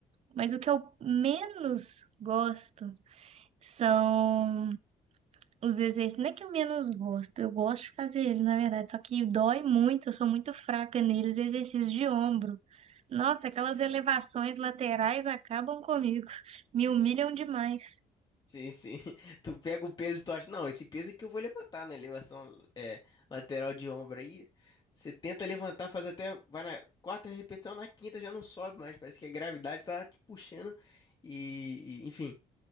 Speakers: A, on the right; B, on the left.
A: mas o que eu menos gosto são os exercícios, não é que eu menos gosto, eu gosto de fazer eles, na verdade, só que dói muito, eu sou muito fraca neles, exercícios de ombro. Nossa, aquelas elevações laterais acabam comigo, <laughs> me humilham demais.
B: Sim, sim. <laughs> Tu pega o peso e tu acha, não, esse peso aqui eu vou levantar na elevação é, lateral de ombro aí. Você tenta levantar, faz até, vai na quarta repetição, na quinta já não sobe mais. Parece que a gravidade tá te puxando e, e, enfim,